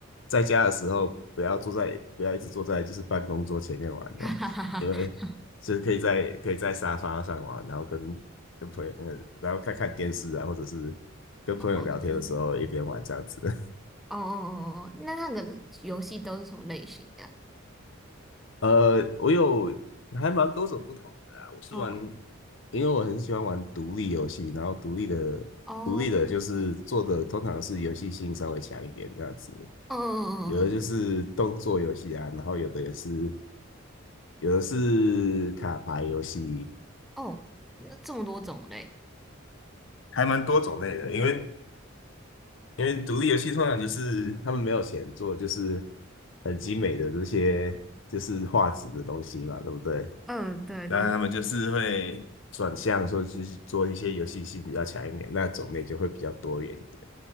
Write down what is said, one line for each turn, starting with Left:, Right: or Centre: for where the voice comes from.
Left: 在家的时候，不要坐在，不要一直坐在就是办公桌前面玩了，
Centre: <laughs>
Left: 因为就是可以在可以在沙发上玩，然后跟跟朋友，呃，然后看看电视啊，或者是跟朋友聊天的时候一边玩这样子。
Centre: 哦哦哦。
Left: <laughs>
Centre: 哦哦哦哦，哦，那那个游戏都是什么类型的啊
Left: 呃，我有还蛮多种不同的啦，我是玩，
Centre: 嗯
Left: 因为我很喜欢玩独立游戏，然后独立的独立的就是做的通常是游戏性稍微强一点这样子。
Centre: 哦，嗯嗯嗯嗯，
Left: 有的就是动作游戏啊，
Centre: 嗯
Left: 然后有的也是有的是卡牌游戏，
Centre: 哦，那这么多种类
Left: 还蛮多种类的。因为因为独立游戏通常就是他们没有钱做，就是很精美的这些就是画质的东西嘛，对不对？
Centre: 嗯，对，
Left: 那他们就是会，
Centre: 都，
Left: 转向说去做一些游戏性比较强一点，那种类就会比较多元。一点。